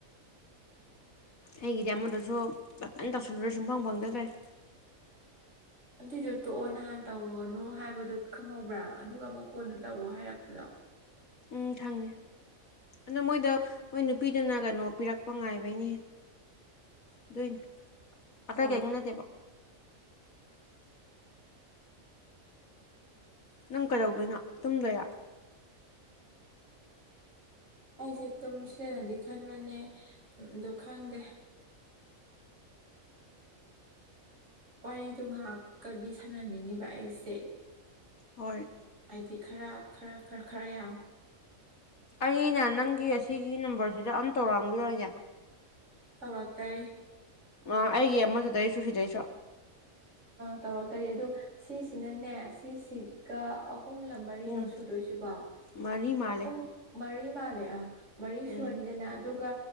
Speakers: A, on the left; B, on the right.
A: ꯑꯩꯒꯤꯗꯤ ꯑꯃꯗꯁꯨ ꯐꯥꯏꯅ ꯇꯧꯁꯤꯜꯂꯨꯔꯦ ꯁꯨꯡꯐꯪ ꯐꯪꯗ ꯂꯩ꯭ꯔꯦ
B: ꯑꯗꯨꯏꯗꯣ ꯇꯣꯛꯑꯣ ꯅꯍꯥꯟ ꯇꯧꯔꯣꯅꯣ ꯍꯥꯏꯕꯗꯣ ꯈꯪꯍꯧꯕ꯭ꯔꯥ ꯑꯗꯨꯒ ꯑꯃꯨꯛ ꯀꯣꯟꯗꯣ ꯇꯧꯔꯣ ꯍꯥꯏꯔꯛꯄꯗꯣ
A: ꯎ ꯍꯪꯉꯦ ꯑꯗꯨꯗ ꯃꯣꯏꯗ ꯃꯣꯏ ꯅꯨꯄꯤꯗꯨꯅ ꯀꯩꯅꯣ ꯄꯤꯔꯛꯄ ꯉꯥꯏꯕꯩꯅꯦ ꯑꯗꯨꯏꯅꯦ ꯑꯇꯩ
B: ꯍꯣꯏ
A: ꯀꯅꯠꯇꯦꯕ ꯅꯪ ꯀꯩꯗꯧꯗꯣꯏꯅꯣ ꯇꯨꯝꯗꯣꯏꯌꯥ
B: ꯑꯩꯁꯦ ꯇꯨꯝꯁ꯭ꯔꯦꯅꯗꯤ ꯈꯟꯕꯅꯦꯗ ꯈꯪꯗꯦ ꯋꯥꯔꯤꯗꯣ ꯉꯥꯏꯍꯥꯛꯀꯗꯤ ꯁꯥꯟꯅꯅꯤꯡꯉꯤꯕ ꯑꯩꯁꯦ
A: ꯍꯣꯏ
B: ꯍꯥꯏꯗꯤ ꯈꯔ ꯈꯔ ꯈꯔ ꯈꯔ ꯌꯥꯝ
A: ꯑꯩꯅ ꯅꯪꯒꯤ ꯑꯁꯤꯒꯤ ꯅꯝꯕꯔꯁꯤꯗ ꯑꯝ ꯇꯧꯔꯛꯑꯝꯒꯗꯣꯅꯦ
B: ꯇꯧꯔꯛꯇꯔꯤꯦ
A: ꯑꯩꯒꯤ ꯑꯃꯗꯨꯗꯩꯁꯨ ꯁꯤꯗꯩꯁꯨ
B: ꯇꯧꯔ ꯇꯧꯔꯤꯦ ꯑꯗꯣ ꯁꯤꯁꯤꯅꯅꯦ ꯁꯤꯁꯤꯒ ꯑꯍꯨꯝꯂ ꯃꯔꯤꯔꯣ
A: ꯑꯍꯨꯝ
B: ꯁꯨꯗꯣꯏꯁꯤꯕꯣ
A: ꯃꯔꯤ ꯃꯥꯜꯂꯦ
B: ꯑꯍꯨꯝ ꯃꯔꯤ ꯃꯥ ꯂꯩꯦ ꯑ ꯃꯔꯤ ꯁꯨꯕꯅꯤꯗꯅ
A: ꯎꯝ
B: ꯑꯗꯨꯒ